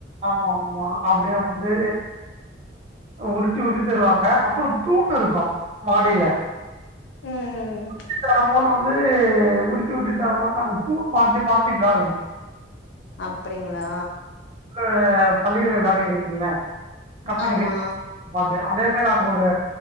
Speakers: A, on the right; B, on the left.
A: ஆமா ஆமா அப்டியே வந்து உருட்டி உருட்டி தருவாங்க அப்றோ தூண் இருக்கு மாடில
B: ம் ம்
A: உறிச்சி தர போல வந்து உறிச்சி உறிச்சி தர போதத் நாங்க வந்து தூண் மாத்தி மாத்தி விளாடுவோ
B: அப்டிங்களா
A: ப்ப பள்ளிகள்ல விளாடியிறிங்கள கம்பெனிக்கு
B: ஆமா
A: ஆமாங்க அதே மாரி அங்க ஒரு